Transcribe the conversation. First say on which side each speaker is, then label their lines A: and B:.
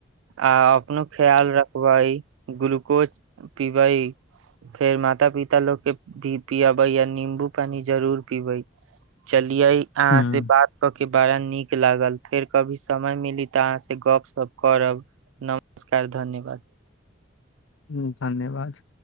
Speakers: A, on the right; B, on the left.
A: आ अपनो ख्याल रख पबाई ग्लूकोज पिबाई फेर माता पिता लोक के भी पिबे या नीं्बू पानी जरूर पिबे चलिये अहाँ
B: हँ
A: से बात के बारा नीक लागल फेर कभी समय मिली तऽ अहाँ से गप सप करब नमस्कार धन्यवाद
B: हुं धन्यवाद